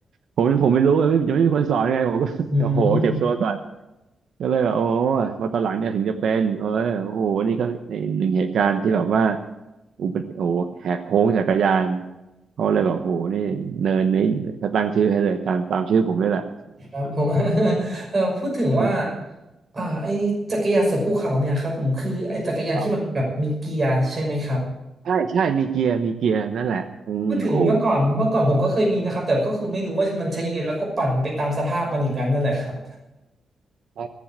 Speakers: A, on the right; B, on the right.
A: ผมผมไม่รู้ไม่ยังไม่มีคนสอนไงผมก็ <laughs>
B: อืม
A: โอ้โหเจ็บตัวก่อน ก็เลยแบบโอ้ยพอตอนหลังเนี่ยถึงจะเป็นเออโอ้โหนี่ก็หนึ่งเหตุการณ์ที่แบบว่าอุบัติโอ้โหแหกโค้งจักรยานเขาเลยแบบโอ้โหนี่เนินนี้เขาตั้งชื่อให้เลยตามตามชื่อผมนี่แหละ
B: ครับผม <laughs> เอ่อพูดถึงว่า
A: <laughs>
B: อ่าไอจักรยานเสือภูเขาเนี่ยครับผมคือไอจักรยานที่มันแบบมีเกียร์ใช่ไหมครับ
A: ครับใช่ใช่มีเกียร์มีเกียร์นั่นแหละอืมโอ้โห
B: พูดถึงเมื่อก่อนเมื่อก่อนผมก็เคยมีนะครับแต่ก็คือไม่รู้ว่ามันใช้ยังไงแล้วก็ปั่นไปตามสภาพมันอย่างนั้นนั่นแหละครับ
A: ใช่